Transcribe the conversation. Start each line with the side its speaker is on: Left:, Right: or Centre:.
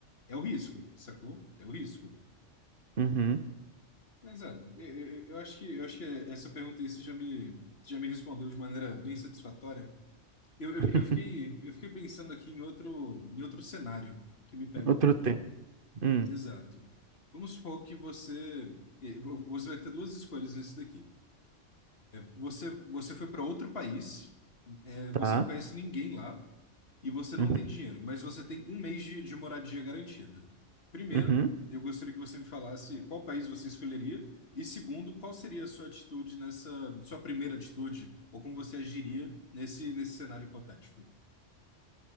Left: é o risco, sacou? É o risco.
Right: uhum,
Left: Mas olha, eu, eu- eu acho que eu acho que essa pergunta aí você já me já me respondeu de maneira bem satisfatória. Eu, eu,
Right: <laughs>
Left: eu fiquei eu fiquei pensando aqui em outro em outro cenário que me pega
Right: outro
Left: um pouco.
Right: tempo, hum,
Left: Exato. Vamos supor que você eh, vo- você vai ter duas escolhas nesse daqui. Você, você foi para outro país, é,
Right: tá,
Left: você não conhece ninguém lá e você não
Right: uhum,
Left: tem dinheiro, mas você tem um mês de, de moradia garantida. Primeiro,
Right: uhum.
Left: eu gostaria que você me falasse qual país você escolheria e segundo, qual seria a sua atitude nessa, sua primeira atitude ou como você agiria nesse, nesse cenário hipotético.